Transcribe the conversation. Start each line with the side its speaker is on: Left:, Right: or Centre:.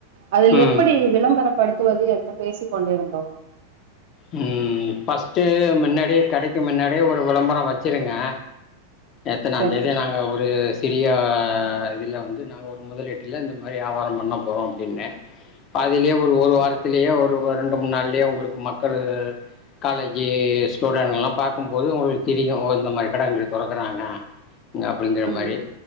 Right: அதுல
Left: ம்
Right: எப்படி விளம்பரப்படுத்துவது என்று பேசிக் கொண்டிருந்தோ
Left: ம் ஃப்ர்ஸ்ட் முன்னாடியே கடைக்கு முன்னாடியே ஒரு விளம்பரம் வச்சிருங்க எத்தனாந்
Right: சரி
Left: தேதி நானு ஒரு சிறிய இதில வந்து நாங்க ஒரு முதலீட்டில இந்த மாதிரி வியாபாரம் பண்ண போறோ அப்படின்னே அதுலே ஒரு ஒரு
Right: சரி
Left: வாரத்திலேயே ஒரு ரெண்டு மூணு நாள்லயே உங்களுக்கு மக்களு காலேஜு ஸ்டூடெண்ட்லா பாக்கும்போது உங்களுக்கு தெரியு ஓ இந்த மாரி கடை இங்குட்டு தொறக்கிறாங்க அப்படிங்கிற
Right: ம்
Left: மாரி